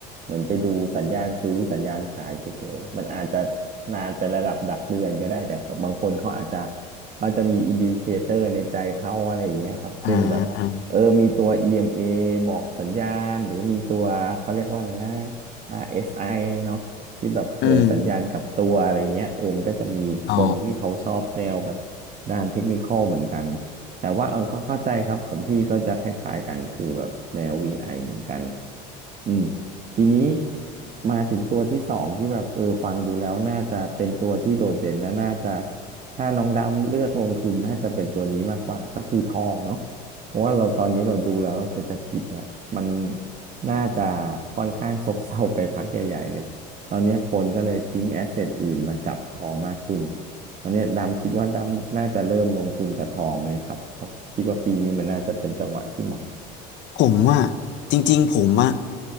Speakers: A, on the right; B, on the left.
A: เหมือนไปดูสัญญาณซื้อสัญญาณขายเฉยๆมันอาจจะนานไประดับดักเดือนก็ได้แต่บางคนเขาอาจจะเขาจะมีอินดิเคเตอร์ในใจเขาอะไรอย่างเงี้ยครับเช่นแบบเออมีตัว
B: อ่าอา
A: EMA บอกสัญญาณหรือมีตัวเขาเรียกว่าอะไรนะ RSI เอสไอเนาะที่แบบเออสัญญาณกลับตัวอะไรเงี้ยเออมันก็จะมีคนที่เขาชอบแนวแบบ
B: อืมอ๋อ
A: ด้านเทคนิคอลเหมือนกัน แต่ว่าเออเขาเข้าใจครับของพี่ก็จะคล้ายๆกันคือแบบแนว VI เหมือนกันอืมทีนี้มาถึงตัวที่สองที่แบบเออฟังดูแล้วน่าจะเป็นตัวที่โดดเด่นและน่าจะถ้าน้องดำเลือกลงทุนน่าจะเป็นตัวนี้มากกว่าก็คือทองเนาะเพราะว่าเราตอนนี้เราดูแล้วเศรษฐกิจอะมันน่าจะค่อนข้างซบเซาไปพักใหญ่ๆเลยตอนนี้คนก็เลยทิ้งแอสเซทอื่นมาจับทองมากขึ้น ตอนเนี้ยดำคิดว่าดำน่าจะเริ่มลงทุนกับทองไหมครับเพราะคิดว่าปีนี้มันน่าจะเป็นจังหวะที่เหมาะ
B: ผมว่าจริงๆผมอะ